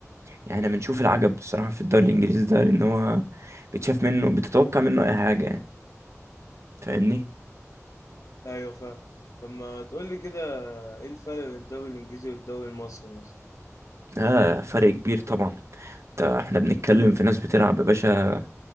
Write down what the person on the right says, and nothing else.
يعني احنا بنشوف العجب الصراحة في الدوري الانجليزي ده لان هو بتشاف منه بتتوقع منه اي حاجة يعني فاهمني
اه فرق كبير طبعا ده احنا بنتكلم في ناس بتلعب يا باشا